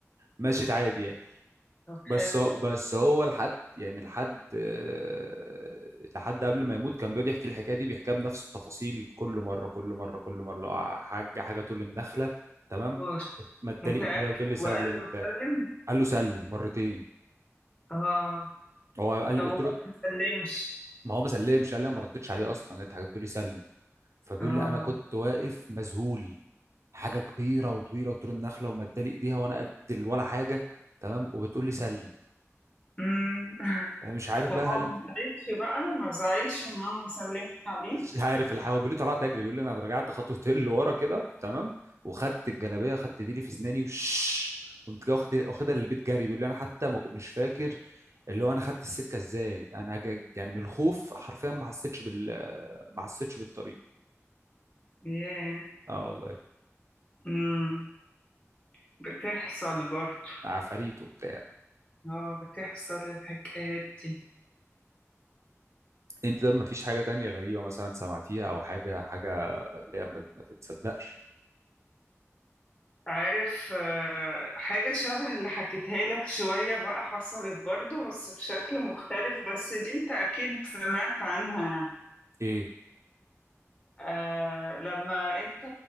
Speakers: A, on the right (about 65°); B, on the left (about 25°).
A: مشيت عادي يعني
B: طب
A: بس
B: حلو
A: هو- بس هو لحد يعني لحد آه، لحد قبل ما يموت كان بيقعد يحكي الحكايه دي بيحكيها بنفس التفاصيل كل مره كل مره كل مره لو حاجه حاجه تقول النخله تمام
B: هو
A: ما ادالي
B: متأكد
A: ايديها وتقول لي سلم
B: وقال
A: وبتاع
B: له سلم
A: قال له سلم مرتين
B: اه
A: هو قال
B: طب
A: قلت
B: وقال
A: له
B: له ما سلمش
A: ما هو ما سلمش قال لي أنا ما ردتش عليه اصلا انت قلت لي سلم فبيقول
B: اه
A: لي انا كنت واقف مذهول حاجه كبيره وطويله وطول النخله ومدالي ايديها وانا قد ال- ولا حاجه تمام وبتقول لي سلم
B: امم <laughs>
A: انا مش عارف
B: طب
A: بقى هل
B: هو ما
A: دي-
B: زعلش بقى ما زعلش ان هو ما سلمش عليه
A: <laughs> مش عارف الحوا بيقول لي طلعت اجري بيقول لي انا رجعت خطوتين لورا <laughs> كده تمام وخدت الجلابيه خدت ديلي في اسناني وش قمت جاي واخد واخدها للبيت جري بيقول لي انا حتى ما كنت- مش فاكر اللي هو انا خدت السكه ازاي انا جا- يعني من الخوف حرفيا ما حسيتش بال ما حسيتش بالطريق
B: ياه
A: اه والله
B: امم بتحصل برضه
A: عفاريت وبتاع
B: اه بتحصل الحكايات دي
A: انت ده مفيش حاجة تانية غريبة مثلا سمعتيها او حاجة حاجة اللي هي ما ما تتصدقش
B: عارف آه، حاجة شبه اللي حكيتها لك شوية بقى حصلت برضه بس بشكل مختلف بس دي انت اكيد سمعت عنها يعني
A: ايه
B: آه لما انت